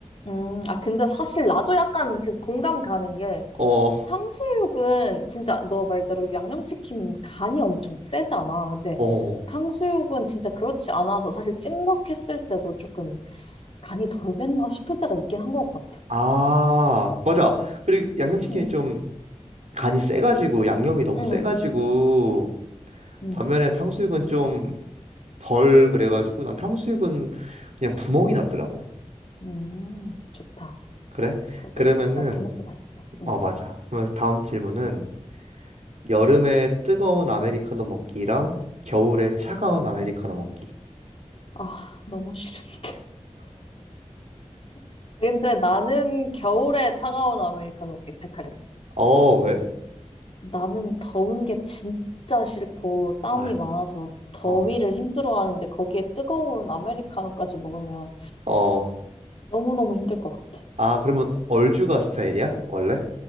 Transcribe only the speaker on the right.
어,
어.
아, 맞아. 그리고 양념치킨이
좀 간이 세가지고 양념이 너무
세가지고
반면에 탕수육은 좀 덜 그래가지고 난 탕수육은 그냥 구멍이 났더라고.
그래?
그러면은
어 맞아. 그러면 다음 질문은 여름에 뜨거운 아메리카노 먹기랑 겨울에 차가운 아메리카노 먹기.
어 왜?
아
어.
어.
아 그러면 얼죽아 스타일이야? 원래?